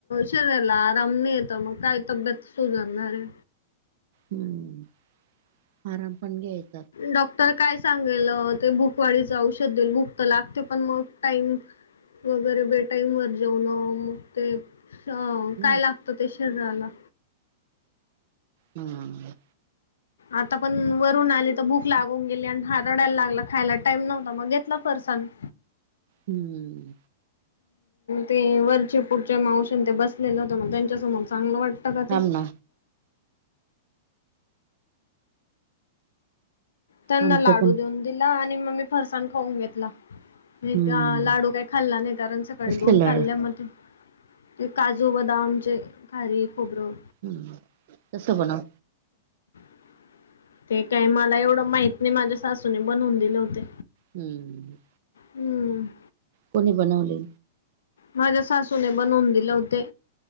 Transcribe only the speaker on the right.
हम्म आराम पण घ्यायच
हम्म
हम्म
हम्म
थांब ना
आमचं
पण
हम्म
कसले
लाडू
हम्म कस बण
हम्म
कोणी बनवले.